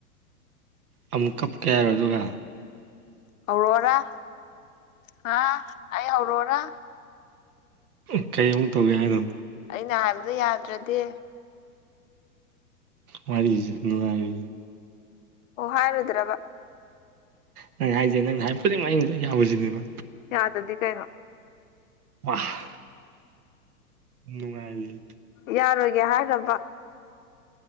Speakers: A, on the right (about 70°); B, on the left (about 60°).
A: ꯑꯃꯨꯛ ꯀꯞꯀꯦ ꯍꯥꯏꯔꯣ ꯗꯨꯒ
B: ꯍꯧꯔꯛꯑꯣꯔꯥ ꯍꯥ ꯑꯩ ꯍꯧꯔꯛꯑꯣꯔꯥ
A: ꯎꯝ ꯀꯩ ꯑꯃꯨꯛ ꯇꯧꯒꯦ ꯍꯥꯏꯅꯣ
B: ꯑꯩꯅ ꯍꯥꯏꯕꯗꯣ ꯌꯥꯗ꯭ꯔꯗꯤ
A: ꯋꯥꯔꯤꯖꯦ ꯅꯨꯡꯉꯥꯏꯔꯤꯌꯦ
B: ꯑꯣ ꯍꯥꯏꯔꯣꯏꯗ꯭ꯔꯕ
A: ꯅꯪꯅ ꯍꯥꯏꯁꯦ ꯅꯪꯅ ꯍꯥꯏꯕ ꯈꯨꯗꯤꯡꯃꯛ ꯑꯩꯅ ꯂꯣꯢ ꯌꯥꯎꯖꯤꯅꯦꯕ
B: ꯌꯥꯗꯗꯤ ꯀꯩꯅꯣ
A: ꯋꯥꯍ ꯅꯨꯡꯉꯥꯏꯔꯤ
B: ꯌꯥꯔꯣꯏꯒꯦ ꯍꯥꯏꯔꯕ